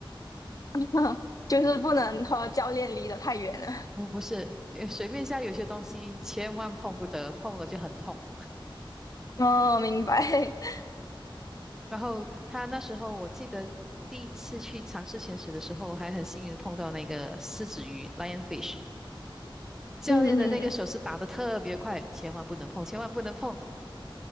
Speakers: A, on the left; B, in the centre.
A: <laughs> 就是不能和教练离得太远了。
B: 不不是，呃水面下有些东西千万碰不得，碰了就很痛。
A: 哦，明白。<laughs>
B: 然后他那时候我记得第一次去尝试潜水的时候，还很幸运的碰到那个狮子鱼 （lionfish），教练的那个手势打得特别快，
A: 嗯嗯，
B: 千万不能碰，千万不能碰，